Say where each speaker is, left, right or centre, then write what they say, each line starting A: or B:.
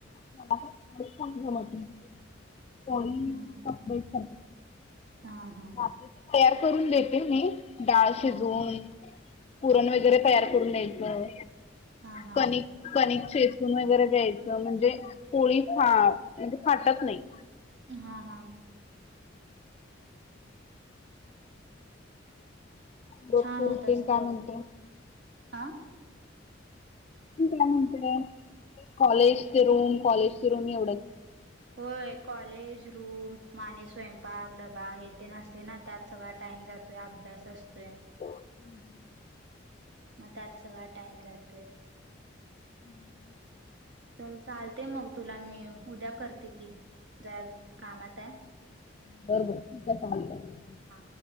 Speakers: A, on the left; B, on the right.
A: मला काम कोणी
B: हम्म.
A: अपेट करत.
B: हा हा.
A: भाकी तर तयार करून देते मी डाळ शिजवून
B: हा
A: पुरण वगैरे तयार करून द्यायचं
B: हा हा.
A: कणिक कनिक श वगैरे द्यायचं म्हणजे पोळी फा म्हणजे फाटत नाही
B: हा हा
A: भोपूरी
B: छान होत
A: तीन
B: असतील.
A: टाम होते
B: हा.
A: काय म्हणतय कॉलेजचे रूम कॉलेजचे रूम एवढच
B: हो कॉलेज रूम माने स्वयंपाक डबा हे ते नसते ना त्यात सगळ टा जातोय अभ्यास असतोय
A: हम्म हम्
B: मग त्यात सगळा टाइम जातोय
A: हम्म
B: चल चालते मग तुला मी उद्या करते कि जरा कामात आहे.
A: बरोबर ठीक चालत
B: हा.